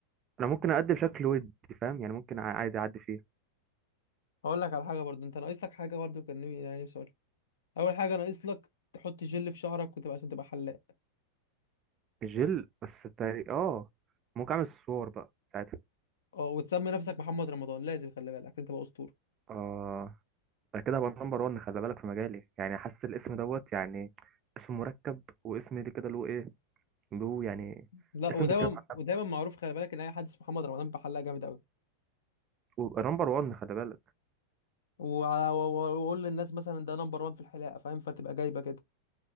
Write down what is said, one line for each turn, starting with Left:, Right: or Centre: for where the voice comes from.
Right: انا ممكن اقدم بشكل ودي فاهم يعني ممكن ع- عادي اعدي فيه
Left: هقول لك على حاجة برضه انت ناقص لك حاجة برضه كان نفسي- يعني نفسي أقولها. اول حاجه ناقص لك تحط جل في شعرك وتبقى عشان تبقى حلاق
Right: جل بس تاري اه ممكن اعمل الصور بقى ساعتها
Left: اه وتسمي نفسك محمد رمضان لازم خلي بالك عشان تبقى اسطوره
Right: اه ده كده هبقى نمبر 1 خلي بالك في مجالي يعني حاسس الاسم دوت يعني اسم مركب واسم اللي كده له ايه له يعني
Left: لا
Right: اسم
Left: ودايما
Right: بيتكلم عن
Left: ودايما
Right: نفسه
Left: معروف خلي بالك ان اي حد اسمه محمد رمضان بيبقى حلاق جامد قوي
Right: ويبقى نمبر 1 خلي بالك
Left: وعلى- و- و- واقول للناس مثلا ده نمبر 1 في الحلاقه فاهم فتبقى جايبه كده